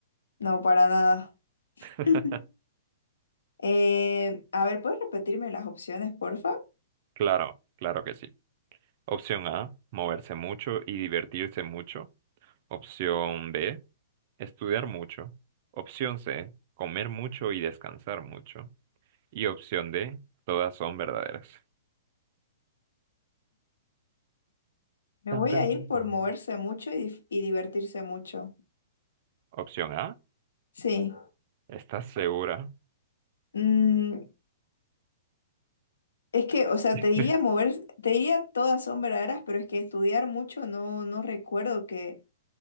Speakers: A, on the left; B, on the right.
A: No, para nada.
B: <laughs>
A: <laughs> Eh, a ver, ¿puedes repetirme las opciones, porfa?
B: Claro, claro que sí. Opción A, moverse mucho y divertirse mucho. Opción B, estudiar mucho. Opción C, comer mucho y descansar mucho. Y opción D, todas son verdaderas.
A: Me
B: Tan,
A: voy
B: tan,
A: a ir
B: tan,
A: por
B: tan.
A: moverse mucho y, dif- y divertirse mucho.
B: Opción A,
A: Sí.
B: ¿estás segura?
A: Mm, es que, o sea,
B: <laughs>
A: te diría mover, te diría todas son verdaderas, pero es que estudiar mucho no, no recuerdo que,